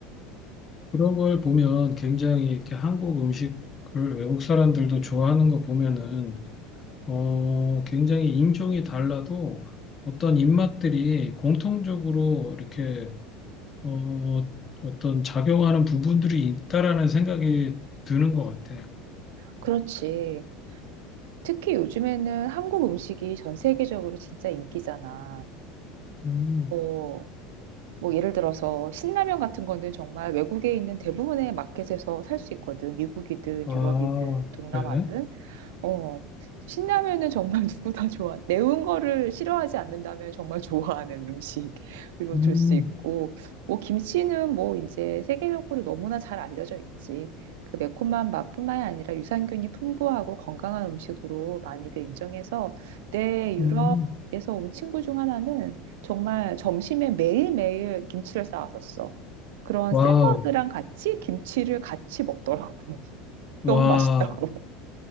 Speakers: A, on the left (about 25°); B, on the right (about 85°).
A: 그런 걸 보면 굉장히 이렇게 한국 음식을 외국 사람들도 좋아하는 거 보면은 어 굉장히 인종이 달라도 어떤 입맛들이 공통적으로 이렇게 어 어떤 작용하는 부분들이 있다라는 생각이 드는 것 같아요.
B: 그렇지. 특히 요즘에는 한국 음식이 전 세계적으로 진짜 인기잖아.
A: 음,
B: 뭐 뭐 예를 들어서 신라면 같은 거는 정말 외국에 있는 대부분의 마켓에서 살 수 있거든. 미국이든
A: 아,
B: 유럽이든 동남아든.
A: 그래?
B: 어, 신라면은 정말 <laughs> 누구 다 좋아. 매운 거를 싫어하지 않는다면 정말 좋아하는 음식으로
A: 음,
B: 줄 수 있고, 뭐 김치는 뭐 이제 세계적으로 너무나 잘 알려져 있지. 그 매콤한 맛뿐만이 아니라 유산균이 풍부하고 건강한 음식으로 많이들 인정해서 내 유럽에서
A: 음,
B: 온 친구 중 하나는 정말 점심에 매일매일 김치를 싸왔었어. 그런
A: 와우,
B: 샐러드랑 같이 김치를 같이 먹더라고. <laughs>
A: 와,
B: 너무 맛있다고.